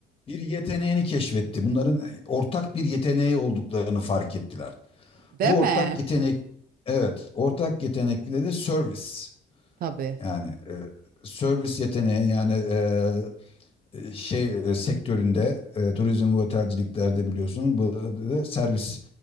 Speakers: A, on the left; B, on the right.
A: bir yeteneğini keşfetti. Bunların ortak bir yeteneği olduklarını fark ettiler.
B: Değil
A: Bu
B: mi?
A: ortak yetenek evet ortak yetenekleri de servis
B: Tabii.
A: yani eee servis yeteneği yani eee e, şey e, sektöründe e, turizm ve otelciliklerde biliyorsunuz bu da servis